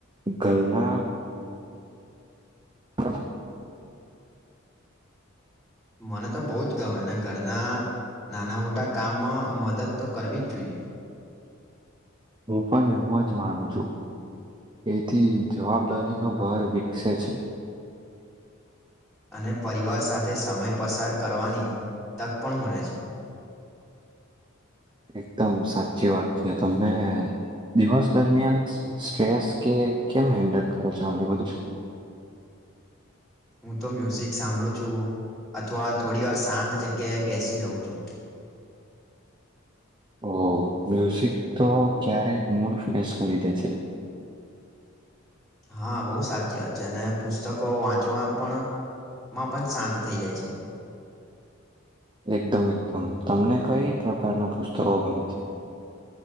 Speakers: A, on the right; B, in the centre.
A: ઘરના હ.
B: મને તો બો જ ગમે ને ઘરના નાના મોટા કામમાં મદદ તો કરવી જ જોઈએ.
A: હું પણ એમ જ માનું છું. તેથી જવાબદારીનો ભાર વિકસે છે.
B: અને પરિવાર સાથે સમય પસાર કરવાની તક પણ મળે છે.
A: એકદમ સાચી વાત છે તમને દિવસ દરમિયાન સ્ટ્રેસ કે કેમ હેન્ડલ કરો છો <unintelligible> બધું. <inaudible>
B: હું તો મ્યુઝિક સાંભળું છું અથવા થોડી વાર શાંત જગ્યાએ બેસી રહું છું.
A: <inaudible> ઓ મ્યુઝિક તો ક્યારેક મૂડ ફ્રેશ કરી દે છે.
B: હા બો સાચી વાત છે અને પુસ્તકો વાંચવા પણ માં પણ શાંત થઈ જાય છે.
A: <inaudible> એકદમ-એકદમ તમને કઈ પ્રકારના પુસ્તકો ગમે છે.